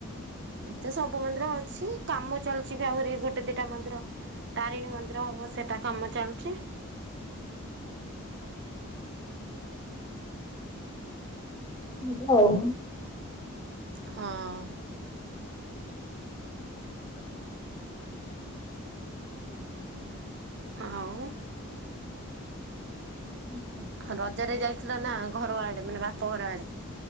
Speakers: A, on the right; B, on the left.
A: ଏତେ ସବୁ ମନ୍ଦିର ଅଛି କାମ ଚାଲଚି ବି ଆହୁରି ଗୋଟେ ଦିଟା ମନ୍ଦିର। ତାରିଣୀ ମନ୍ଦିର ହବ ସେଟା କାମ ଚାଲୁଚି।
B: ହବ ଆଉ।
A: ହଁ। ଆଉ
B: ଓହୋ।
A: ହ ରଜରେ ଯାଇଥିଲ ନା ଘର ଆଡେ ମାନେ ବାପ ଘର ଆଡେ?